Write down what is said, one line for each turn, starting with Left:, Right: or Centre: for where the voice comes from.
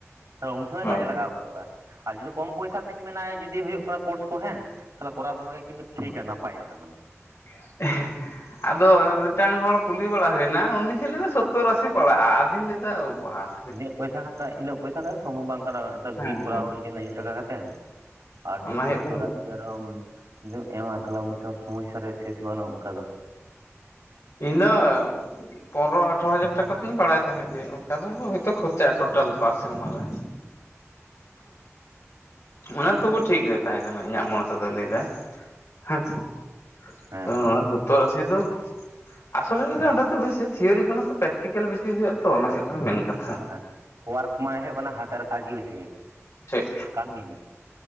Right: ᱛᱚ ᱩᱱ ᱥᱚᱢᱚᱭ
Left: ᱦᱳᱭ
Right: ᱠᱟᱡᱮ ᱞᱟᱜᱟᱣ ᱜᱚᱫᱚᱜᱼᱟ᱾ ᱟᱨ ᱡᱩᱫᱤ ᱠᱚᱢ ᱯᱚᱭᱥᱟ ᱛᱤᱧ ᱢᱮᱱᱟᱭᱟ ᱠᱚᱢ ᱯᱩᱭᱥᱟᱹ ᱛᱤᱧ ᱢᱮᱱᱟ ᱡᱩᱫᱤ ᱦᱩᱭᱩᱜ ᱠᱟᱱᱟ ᱠᱳᱨᱥ ᱠᱚ ᱦᱮᱸ ᱛᱟᱦᱚᱞᱮ ᱠᱚᱨᱟᱣ ᱫᱚᱦᱚ ᱜᱮ ᱠᱤᱱᱛᱩ ᱯᱦᱤᱨᱤᱛᱮ ᱱᱟᱯᱟᱭᱟ ᱛᱟᱨᱢᱟᱱᱮ
Left: ᱦ <unintelligible> ᱟᱫᱚ ᱢᱤᱫᱴᱟᱝ ᱦᱚᱲ ᱠᱩᱞᱤ ᱵᱟᱲᱟ ᱦᱩᱭᱱᱟ ᱩᱱᱤ ᱦᱤᱞ ᱞᱟᱹᱭᱟ ᱥᱚᱛᱛᱚᱨᱥᱤᱮ ᱯᱟᱲᱟᱜᱼᱟ ᱟᱫᱚᱧ ᱞᱟᱹᱭᱟ ᱩᱵᱷᱟᱥ
Right: ᱤᱱᱟᱹᱜ ᱯᱚᱭᱥᱟ ᱠᱷᱟᱱ ᱤᱱᱟᱹᱜ ᱯᱚᱭᱥᱟ ᱥᱚᱢᱵᱷᱚᱵ ᱵᱟᱝ ᱠᱟᱱᱟ
Left: ᱦᱮᱸ
Right: ᱵᱤᱴ ᱠᱚᱨᱟᱣ ᱦᱩᱭ ᱟᱠᱟᱱᱟ ᱤᱧᱟᱹᱜ ᱴᱟᱠᱟ ᱠᱟ ᱠᱟᱛᱮᱮᱫ ᱟᱨ ᱡᱤ
Left: ᱚᱱᱟ
Right: ᱥᱳᱛᱚᱨ
Left: ᱦᱩᱭᱩᱜ ᱠᱟᱱᱟ
Right: ᱟᱥᱤ ᱦᱟᱡᱟᱨ ᱡᱩᱫᱤᱢ ᱮᱢᱟ ᱛᱟᱦᱞᱮ ᱥᱚᱢᱚᱥᱥᱟ ᱨᱮ ᱵᱮᱥ ᱵᱟᱹᱱᱩᱜᱼᱟ ᱚᱱᱠᱟ ᱫᱚ
Left: ᱤᱧᱫᱚ ᱯᱚᱱᱨᱚ ᱟᱴᱷᱨᱚ ᱦᱟᱡᱟᱨ ᱴᱟᱠᱟ ᱫᱚᱧ ᱵᱟᱲᱟᱭ ᱛᱟᱦᱮᱸᱫ ᱡᱮ ᱚᱱᱠᱟ ᱫᱚ ᱦᱳᱭᱛᱳ ᱠᱷᱚᱨᱪᱟᱜᱼᱟ ᱴᱳᱴᱟᱞ ᱯᱟᱨ ᱥᱮᱨᱢᱟ ᱨᱮ ᱚᱱᱟ ᱛᱚᱵᱚ ᱴᱷᱤᱠ ᱜᱮ ᱛᱟᱦᱮᱸᱠᱟᱱᱟ ᱤᱧᱟᱹᱜ ᱢᱚᱱᱮ ᱛᱮᱫᱚᱭ ᱞᱟᱹᱭᱫᱟᱭ ᱦᱮᱸ ᱥᱮ,
Right: ᱦᱮᱸ
Left: ᱛᱚ ᱥᱳᱛᱛᱳᱨ ᱟᱥᱤ ᱫᱚ ᱟᱥᱚᱞᱮ ᱨᱮ ᱚᱸᱰᱮ ᱫᱚ ᱵᱮᱥᱤ <unintelligible> ᱛᱷᱤᱭᱳᱤ ᱠᱷᱚᱱ ᱯᱨᱟᱠᱴᱤᱠᱮᱞ ᱵᱮᱥᱤ ᱦᱩᱭᱩᱜᱼᱟ ᱛᱚ ᱚᱱᱟ ᱦᱩᱭᱩᱜ ᱠᱟᱱᱟ ᱢᱮᱱ ᱠᱟᱛᱷᱟ
Right: ᱦᱮᱸ ᱳᱣᱟᱨ ᱢᱟᱱᱮ ᱦᱩᱭᱩᱜ ᱠᱟᱱᱟ ᱦᱟᱛᱮᱨ ᱠᱟᱡᱽ ᱜᱮ ᱵᱮᱥᱤ
Left: ᱴᱷᱤᱠ
Right: ᱠᱟᱹᱢᱤ᱾